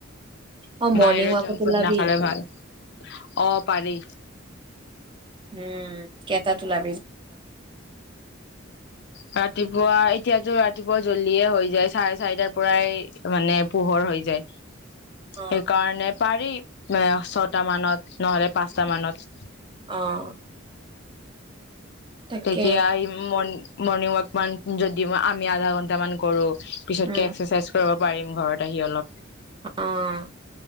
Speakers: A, on the right (about 25°); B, on the left (about 60°).
A: অ মৰ্ণিং
B: বাহিৰৰ
A: ৱাকত
B: জাংক ফুড
A: ওলাবি
B: না খালে ভাল। অ' পাৰি।
A: উম কেইটাত ওলাবি?
B: ৰাতিপুৱা এতিয়াতো ৰাতিপুৱা জ্বলদিয়ে হৈ যায়। চাৰে চাৰিটাৰ পৰাই মানে পোহৰ হৈ যায়।
A: অ
B: সেইকাৰণে পাৰি এ ছয়টা মানত নহলে পাঁচটা মানত।
A: অ'। তাকে
B: তেতিয়া আহিবি মণি মৰ্ণিং ৱাক মান যদি আমি আধা ঘন্টা মান কৰো। পিছতকে
A: উম
B: এক্সাৰচাইজ কৰা পাৰিম ঘৰত আহি অলপ।
A: অ'